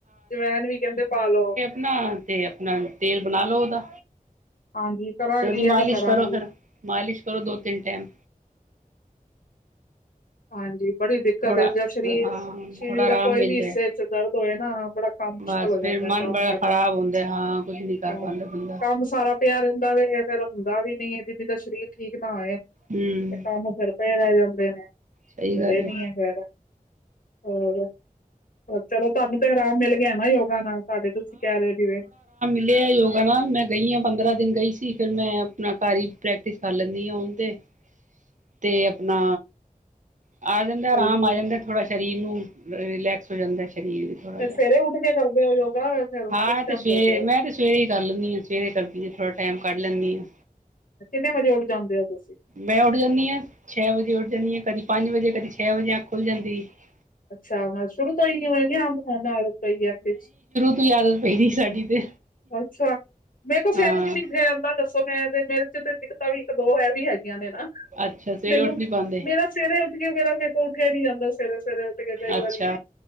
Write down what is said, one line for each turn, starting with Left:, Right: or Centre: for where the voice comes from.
Left: ਜਵੈਣ ਵੀ ਕੈਂਦੇ ਪਾ ਲੋ।
Right: ਨਾ ਤੇ ਆਪਣਾ ਤੇਲ ਬਣਾ ਲੋ ਓਦਾ
Left: ਹਾਂਜੀ ਕਰਾਂਗੀ
Right: ਤੇ ਓਦੀ ਮਾਲਿਸ਼
Left: ਇਹ ਵੀ ਕਰਾਂਗੀ
Right: ਕਰੋ ਫੇਰ। ਮਾਲਿਸ਼ ਕਰੋ ਦੋ -ਤਿੰਨ ਟੈਮ।
Left: ਹਾਂਜੀ ਬੜੀ ਦਿੱਕਤ
Right: ਥੋੜਾ
Left: ਏ ਜਾ ਸ਼ਰੀਰ
Right: ਹਾਂ
Left: ਸ਼ਰੀਰ
Right: ਥੋੜਾ
Left: ਦੇ
Right: ਆਰਾਮ
Left: ਕੋਈ
Right: ਮਿਲ
Left: ਵੀ ਹਿੱਸੇ
Right: ਜਾਏ
Left: ਚ ਦਰਦ ਹੋਏ ਨਾ ਬੜਾ ਕੰਮ ਮੁਸ਼ਕਿਲ
Right: ਬਸ
Left: ਹੋ ਜਾਂਦਾ
Right: ਫੇਰ ਮਨ
Left: ਕੰਮ
Right: ਬੜਾ
Left: ਕਰਨਾ
Right: ਖ਼ਰਾਬ ਹੁੰਦਾ ਹਾਂ ਕੁਛ ਨੀ ਕਰ
Left: ਹਾਂ
Right: ਪਾਉਂਦਾ ਬੰਦਾ
Left: ਕੰਮ ਸਾਰਾ ਪਿਆ ਰਹਿੰਦਾ ਵੀ ਫੇਰ ਹੁੰਦਾ ਵੀ ਨੀ ਐ, ਜਿਦੀ ਦਾ ਸਰੀਰ ਠੀਕ ਨਾ ਹੋਏ, ਤੇ
Right: ਹਮ
Left: ਕੰਮ ਫਿਰ ਪਏ ਰਹਿ ਜਾਂਦੇ ਨੇ
Right: ਸਹੀ
Left: ਹੁੰਦੇ
Right: ਗੱਲ
Left: ਨੀ
Right: ਹੈ
Left: ਐ, ਖੈਰ ਹੋਰ ਚਲੋ ਤੁਹਾਨੂੰ ਤੇ ਆਰਾਮ ਮਿਲ ਗਿਆ ਨਾ, ਯੋਗਾ ਨਾਲ ਸਾਡੇ ਤੁਸੀਂ ਕਹਿ ਰਹੇ ਹੋ ਜਿਵੇਂ
Right: ਲ ਯੋਗਾ ਨਾਲ ਮੈਂ ਗਈ ਆ ਪੰਦਰਾਂ ਦਿਨ ਗਈ ਸੀ, ਫਿਰ ਮੈਂ ਆਪਣਾ ਘਰ ਹੀ ਪ੍ਰੈਕਟਿਸ ਕਰ ਲੈਂਨੀ ਆ ਹੁਣ ਤੇ ਤੇ ਆਪਣਾ, ਆ ਜਾਂਦਾ
Left: ਸਹੀ
Right: ਆਰਾਮ ਆ ਜਾਂਦਾ ਥੋੜਾ ਸਰੀਰ ਨੂੰ ਰਿਲੈਕਸ ਹੋ ਜਾਂਦਾ ਸਰੀਰ ਥੋੜਾ
Left: ਸਵੇਰੇ
Right: ਜਿਹਾ
Left: ਉੱਠ ਕੇ ਕਰਦੇ ਔ ਯੋਗਾ ਫਿਰ
Right: ਹਾਂ
Left: ਕਿਸ
Right: ਇਹ
Left: ਟਾਈਮ
Right: ਤੇ ਸਵੇ
Left: ਕਰਦੇ ਹੋ
Right: ਮੈਂ ਤੇ ਸਵੇਰੇ ਈ ਕਰ ਲੈਂਨੀ ਆ ਸਵੇਰੇ ਕਰਦੀ ਥੋੜਾ ਟਾਈਮ ਕੱਢ ਲੈਂਨੀ ਆ।
Left: ਕਿੰਨੇ ਵਜੇ ਉੱਠ ਜਾਂਦੇ ਔ ਤੁਸੀਂ
Right: ਮੈਂ ਉੱਠ ਜਾਂਦੀ ਆ, ਛੇ ਵਜੇ ਉੱਠ ਜਾਂਦੀ ਆ ਕਦੀ ਪੰਜ ਵਜੇ ਕਦੀ ਛੇ ਵਜੇ ਅ ਖੁੱਲ ਜਾਂਦੀ ਐ।
Left: ਅੱਛਾ, ਮਤ ਸ਼ੁਰੂ ਕੋਈ <unintelligible>
Right: ਕੋਈ ਆਦਤ ਪਈ ਦੀ ਸਾਡੀ ਤੇ
Left: ਅੱਛਾ ਮੇਰੇ ਕੋਲ ਫੇਰ
Right: ਹਾਂ
Left: ਵੀ ਨੀਠੇ ਜਾਂਦਾ ਦੱਸੋ, ਮੈਂ ਤੇ ਮੇਰੇ ਚ ਤੇ ਦਿੱਕਤਾਂ ਵੀ ਇੱਕ-ਦੋ ਇਹ ਵੀ ਹੈਗੀ। ਨਾ
Right: ਅੱਛਾ ਸਵੇਰੇ
Left: ਮੈਨੂੰ,
Right: ਉੱਠ ਨੀ ਪਾਉਂਦੇ
Left: ਮੇਰਾ ਸਵੇਰੇ ਉੱਠ ਕੇ ਮੇਰਾ ਫੇਰ ਉੱਠਿਆ ਨੀ ਜਾਂਦਾ ਸਵੇਰੇ-ਸਵੇਰੇ ਉਠ ਕਈ
Right: ਅੱਛਾ
Left: ਵਾਰੀ,